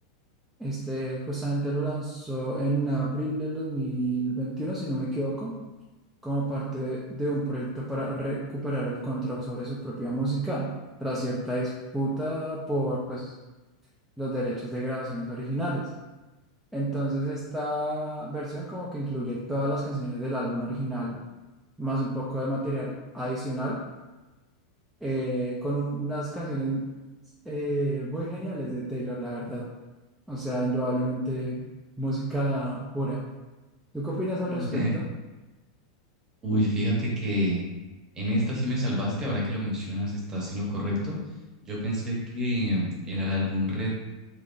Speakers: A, in the centre; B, on the right (about 20°).
A: Este justamente lo lanzó en abril del 2021, si no me equivoco, como parte de un proyecto para recuperar el control sobre su propia música, tras cierta disputa por pues, los derechos de grabaciones originales. Entonces, esta versión como que incluye todas las canciones del álbum original, más un poco de material adicional eh, con un- unas canciones eh, muy geniales de Taylor, la verdad. O sea, indudablemente música pura. ¿Tú qué opinas al
B: <laughs>
A: respecto?
B: Uy, fíjate que en esta sí me salvaste, ahora que lo mencionas, estás en lo correcto. Yo pensé que era el álbum Red